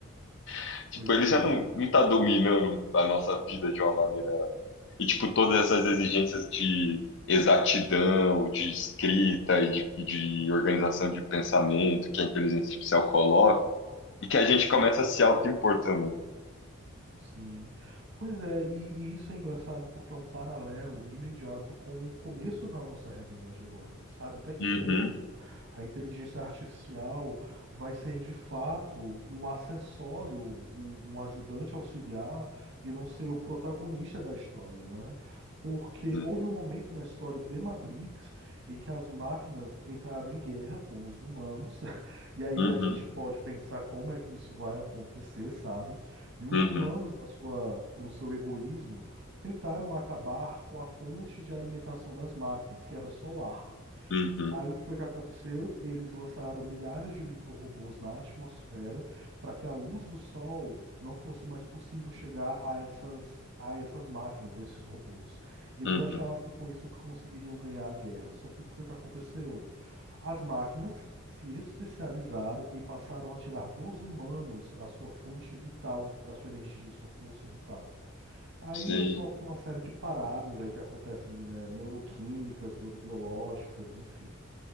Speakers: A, on the left; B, on the right.
A: <laughs> Tipo,
B: pois
A: ele
B: é.
A: já não, não tá dominando a nossa vida de uma maneira. E, tipo, todas essas exigências de exatidão, de escrita e de, e de organização de pensamento que a inteligência artificial coloca, e que a gente começa a se auto-impor também.
B: Sim. Pois é, e, e isso é engraçado porque é um paralelo imediato com o começo da nossa realidade agora, sabe? Até que
A: Uhum,
B: ponto a inteligência artificial vai ser de fato um acessório, um, um ajudante auxiliar e não ser o protagonista da história, né? Porque
A: uhum,
B: houve um momento na história de Matrix em que as máquinas entraram em guerra com os humanos, <laughs> e aí
A: uhum,
B: a gente pode pensar como é que isso vai acontecer, sabe? E os
A: uhum,
B: humanos, na sua, no seu egoísmo, tentaram acabar com a fonte de alimentação das máquinas, que era solar.
A: uhum,
B: Aí o que foi que aconteceu? Eles lançaram milhares de micro-robôs na atmosfera para que a luz do sol não fosse mais possível chegar a essas, a essas máquinas, a esses robôs. Eles
A: uhum.
B: achavam que com isso conseguiriam ganhar a guerra. Só que o que foi que aconteceu? As máquinas se especializaram e passaram a tirar dos humanos a sua fonte vital, a sua energia, a sua força vital. Aí
A: Sim,
B: é só por uma série de paradas aí que acontecem, né, neuroquímicas, neurobiológicas, enfim.